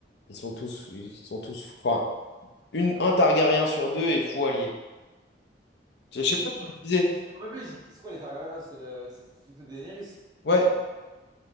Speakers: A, on the left; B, on the right.
A: ils sont tous, ils sont tous, enfin, une, un Targaryen sur deux est faux allié. Je
B: Il
A: je
B: fout
A: sais pas qui
B: quoi?
A: le disait.
B: Je me rappelle plus, c'est c'est quoi les Targaryens? C'est le... c'est plutôt Daenerys.
A: Ouais,